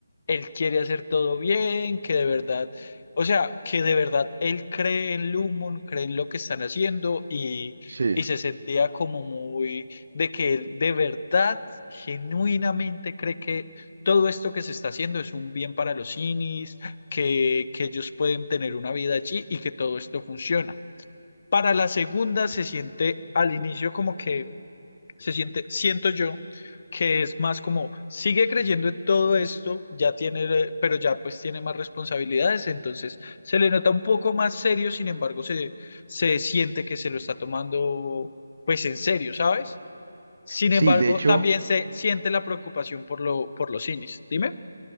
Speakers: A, on the left; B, on the right.
A: él quiere hacer todo bien, que de verdad, o sea, que de verdad él cree en Lumon, cree en lo que están haciendo y,
B: sí.
A: y se sentía como muy de que él de verdad, genuinamente cree que todo esto que se está haciendo es un bien para los Inis, que, que ellos pueden tener una vida allí y que todo esto funciona. Para la segunda se siente al inicio como que se siente, siento yo, que es más como sigue creyendo en todo esto, ya tiene, eh, pero ya pues tiene más responsabilidades, entonces se le nota un poco más serio, sin embargo se, se siente que se lo está tomando pues en serio, ¿sabes? Sin
B: Sí,
A: embargo,
B: de hecho,
A: también se siente la preocupación por lo, por los cines. Dime.